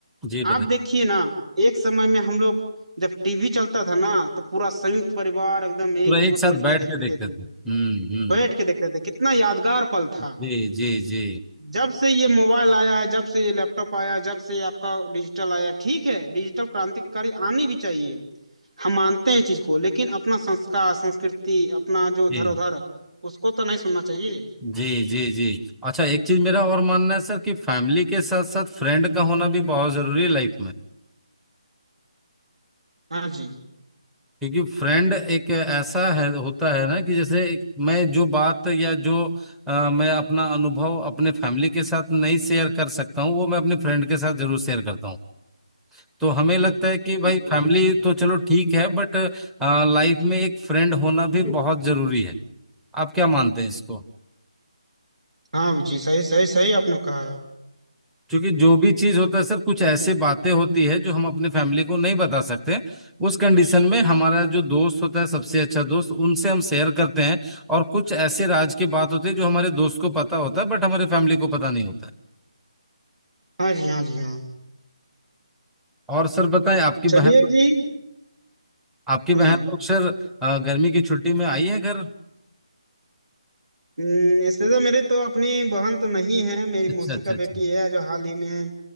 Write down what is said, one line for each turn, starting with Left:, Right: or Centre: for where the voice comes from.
Centre: जी बताइए
Right: आप देखिए ना एक समय में हम लोग जब टीवी चलता था ना तो पूरा संयुक्त परिवार एकदम एकजुट
Centre: पूरा एक साथ
Right: मिलके
Centre: बैठ
Right: देखते
Centre: के देखते
Right: थे
Centre: थे हम्म हम्म
Right: बैठ के देखते थे कितना यादगार पल था
Centre: जी जी जी
Right: जब से ये मोबाइल आया है जब से ये लैपटॉप आया जब से ये आपका डिजिटल आया ठीक है डिजिटल क्रांतिकारी आनी भी चाहिए हम मानते हैं चीज को लेकिन अपना संस्कार संस्कृति अपना जो
Centre: जी
Right: धरोहर उसको तो नहीं सुनना चाहिए
Centre: जी जी जी अच्छा एक चीज मेरा और मानना है सर कि फैमिली के साथ साथ फ्रेंड का होना भी बहुत जरूरी है लाइफ में
Right: हाँ जी
Centre: क्योंकि फ्रेंड एक ऐसा है होता है ना कि जैसे एक- मैं जो बात या जो अ, मैं अपना अनुभव अपने फैमिली के साथ नहीं शेयर कर सकता हूँ वो मैं अपने फ्रेंड के साथ जरूर शेयर करता हूँ तो हमें लगता है कि
Right: हम्म,
Centre: भाई
Right: जी,
Centre: फैमिली
Right: जी।
Centre: तो चलो ठीक है बट लाइफ में एक फ्रेंड होना भी बहुत जरूरी है आप क्या मानते हैं इसको
Right: हाँ जी सही सही सही आपने कहा
Centre: क्योंकि जो भी चीज होता है सर कुछ ऐसे बातें होती है जो हम अपने फैमिली को नहीं बता सकते उस कंडीशन में हमारा जो दोस्त होता है सबसे अच्छा दोस्त उनसे हम शेयर करते हैं और कुछ ऐसे राज की बात होती है जो हमारे दोस्त को पता होता है बट हमारे फैमिली को पता नहीं होता
Right: हाँ जी हाँ जी हाँ
Centre: और सर बताएं आपकी
Right: चलिए
Centre: बहन
Right: जी
Centre: आपकी बहन
Right: हम्म
Centre: लोग सर अ, गर्मी की छुट्टी में आई है घर
Right: हम्म, स्पेशल मेरी तो अपनी बहन तो नहीं है मेरी
Centre: अच्छा
Right: मौसी
Centre: अच्छा
Right: का
Centre: अच्छा
Right: बेटी है जो हाल ही में